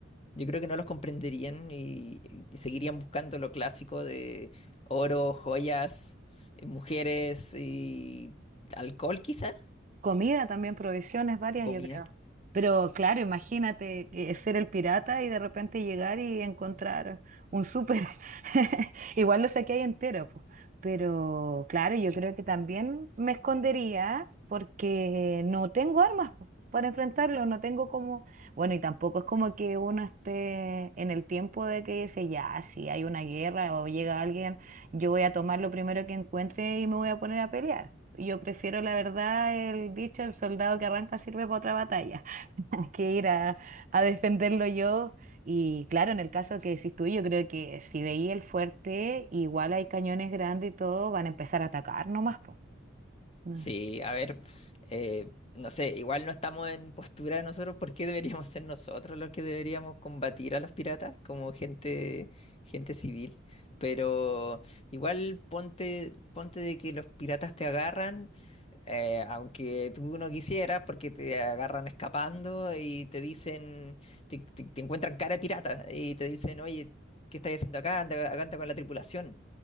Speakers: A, on the left; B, on the right.
A: Yo creo que no los comprenderían y, y seguirían buscando lo clásico de oro, joyas, eh, mujeres y alcohol quizá,
B: Comida también, provisiones varias,
A: comida.
B: yo creo. Pero claro, imagínate que ser el pirata y de repente llegar y encontrar un súper. <laughs> Igual lo saqué ahí entero, po. Pero claro, yo creo que también me escondería porque no tengo armas, po, para enfrentarlo, no tengo como... Bueno, y tampoco es como que uno esté en el tiempo de que dice, ya, si hay una guerra o llega alguien, yo voy a tomar lo primero que encuentre y me voy a poner a pelear. Yo prefiero, la verdad, el dicho, el soldado que arranca sirve para otra batalla, <laughs> que ir a, a defenderlo yo. Y claro, en el caso que decís tú, yo creo que si veía el fuerte, igual hay cañones grandes y todo, van a empezar a atacar nomás, po. No.
A: Sí, a ver, eh, no sé, igual no estamos en postura de nosotros, ¿por qué deberíamos ser nosotros los que deberíamos combatir a los piratas como gente, gente civil? Pero igual ponte, ponte de que los piratas te agarran. Eh, aunque tú no quisieras, porque te agarran escapando y te dicen, te, te- te encuentran cara de pirata y te dicen, oye, ¿qué estás haciendo acá? Anda, acá anda con la tripulación.